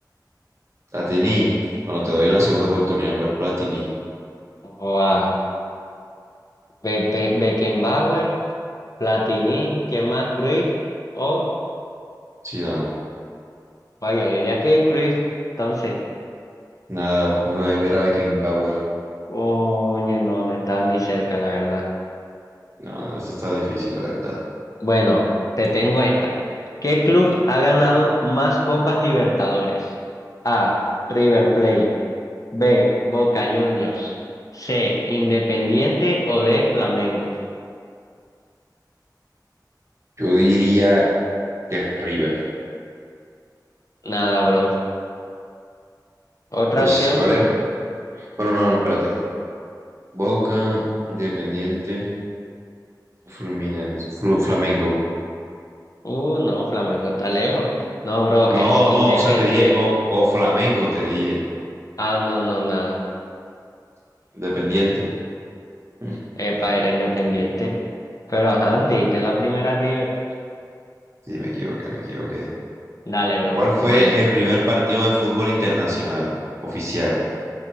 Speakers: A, on the right; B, on the left.
A: Platini, bueno, te doy la segunda oportunidad, no es Platini.
B: guau, Be- Be- Beckenbauer, Platini, ¿quién más? Cruyff, o,
A: Sí, Dan.
B: guau, yo diría que Cruyff, entonces.
A: Nada, ve- ver a Beckenbauer.
B: Coño, no, no estaba ni cerca, la verdad.
A: No, eso está difícil, la verdad.
B: Bueno, te tengo esta. ¿Qué club ha ganado más Copas Libertadores? A. River Plate. B. Boca Juniors. C. Independiente o D. Flamengo.
A: Yo diría que River.
B: Nada, bro. ¿Otra
A: Pues,
B: opción?
A: ¿cuál era? Bueno, no, no, espérate. Boca, Independiente, Fluminense, Flu- Flamengo.
B: Uh, no, Flamengo está lejos. No, bro,
A: No,
B: es Independiente.
A: no, o sea, te dije, o, o Flamengo, te dije.
B: Ah, no, no, nada.
A: Independiente. Mm,
B: Epa, era Independiente. Pero ajá, diste en la primera River.
A: Sí, me equivoqué, me equivoqué.
B: Dale, bro,
A: ¿Cuál fue
B: dale.
A: el primer partido de fútbol internacional oficial?